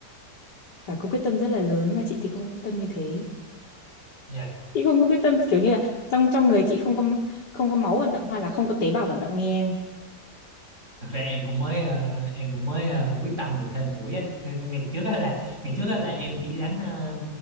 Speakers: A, on the left (about 85°); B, on the right (about 45°).
A: phải có quyết tâm rất là lớn mà chị thì không có quyết tâm như thế
B: yeah.
A: chị không có quyết tâm kiểu như là trong trong người chị không có không có máu vận động hoặc là không có tế bào vận động như em
B: thật ra em cũng mới ờ, em cũng mới ờ, quyết tâm được thêm buổi á <laughs> ngày trước á là ngày trước á là em chỉ đi đánh ờ,